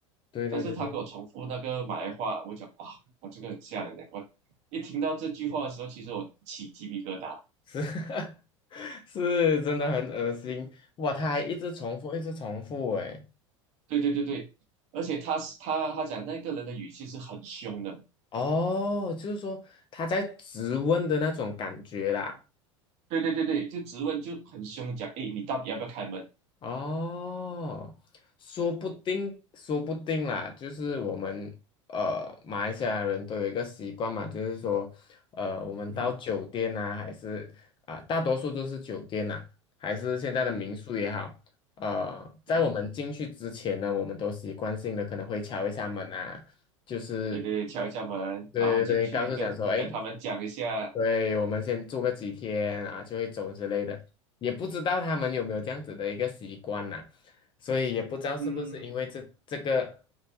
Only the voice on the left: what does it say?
对对对。
是 <laughs> 是，真的很恶心哇！他还一直重复，一直重复，哎，
哦，就是说他在质问的那种感觉啦。
哦，说不定，
说不定啦，就是我们呃马来西亚人都有一个习惯嘛，就是说，呃，我们到酒店呐、
还是啊、大多数都是酒店呐、还是现在的民宿也好，
呃，在我们进去之前呢，
我们都习惯性的可能会敲一下门啊，就是
对对对，
告诉讲说，哎，对，我们先住个几天啊，就会走之类的，也不知道他们有没有这样子的一个习惯呐、所以也不知道是不是因为这这个